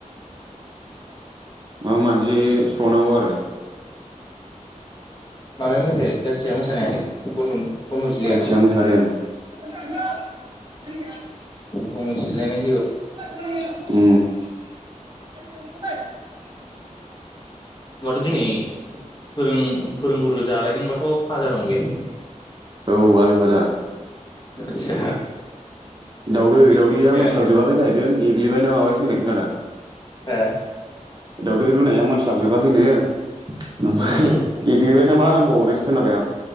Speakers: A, on the right; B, on the left.
A: मा मानजि स्रनांगौ आरो
B: माबाया मोसायो गासिया मोसानो हायाखै गन गनथंजिलाया
A: गोथिया मोसादों <unintelligible>
B: गंजिलायनाय
A: उम
B: माथो दिनै फोरों फोरोंगुरु जालायदोंबाथ' फाजा दं बे
A: औ आलु फाजा
B: आदसा
A: दावदै
B: बेखायनोसै
A: दावदैया मोनस्लाब
B: आरो
A: जोबाखै जाहैदों एग्लिबायना माबायसो होनाय खोनादां
B: हा
A: दाउदै रुनाया मोनानस्लाबजोबाखैनो ओमफ्राय
B: ओं
A: एग्लिबाय नामा होनबावनायसो खोनाबाय आं